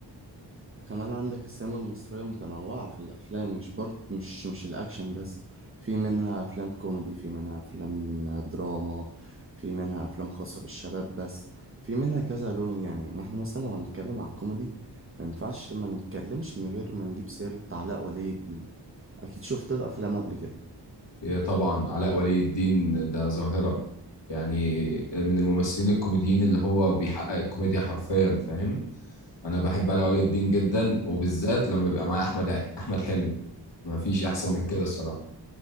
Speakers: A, on the right; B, on the left.
A: وكمان عندك السينما المصرية متنوعة في الافلام مش برضه مش مش الاكشن بس في منها افلام كوميدي في منها افلام دراما في منها افلام خاصة بالشباب بس في منها كذا لون يعني يعني احنا مثلا لو هنتكلم على الكوميدي ما ينفعش ما نتكلمش من غير ما نجيب سيرة علاء ولي الدين اكيد شفت له افلام قبل كده
B: إيه طبعا علاء ولي الدين ده ظاهرة يعني آه، من الممثلين الكوميديين اللي هو بيحقق الكوميديا حرفيا فاهم انا بحب علاء ولي الدين جدا وبالذات لما بيبقى معايا احمد ع- احمد حلمي ما فيش احسن
A: او
B: من كده الصراحة